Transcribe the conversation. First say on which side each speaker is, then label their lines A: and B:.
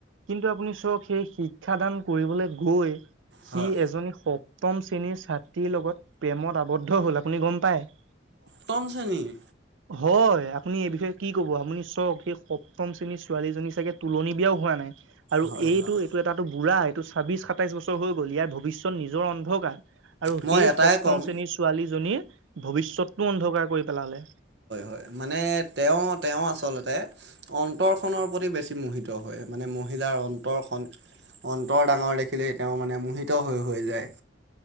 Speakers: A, on the right (about 85°); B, on the right (about 60°).
A: কিন্তু আপুনি চক সেই শিক্ষাদান কৰিবলৈ গৈ
B: হয়
A: সি, এজনী সপ্তম শ্ৰেণীৰ ছাত্ৰীৰ লগত প্ৰেমত আৱদ্ধ হ'ল, আপুনি গ'ম পাই?
B: তম শ্ৰেণীৰ।
A: হয়। আপুনি এই বিষয়ে কি কব? আপুনি চওঁক সেই সপ্তম শ্ৰেণীৰ ছোৱালীজনী চাগে তুলনি বিয়াও হোৱা নাই, আৰু
B: হয়
A: এইটো,
B: হয়
A: এইটো এটা তাতো বুঢ়া এইটো ছাব্বিশ, সাতাইছ বছৰ হৈ গ'ল। ইয়াৰ ভৱিষ্যত নিজৰ অন্ধকাৰ। আৰু
B: মই
A: সেই
B: এটাই
A: সপ্তম
B: ক'ম
A: শ্ৰেণীৰ ছোৱালীজনীৰ ভৱিষ্যতটো অন্ধকাৰ কৰি পেলালে।
B: এই মানে তেওঁ, তেওঁ আচলতে অন্তৰ খনৰ প্ৰতি বেছি মোহিত হয়, মানে মহিলাৰ অন্তৰখন অন্তৰ ডাঙৰ দেখিলেই, তেওঁ মানে মোহিত হৈ হৈ যায়।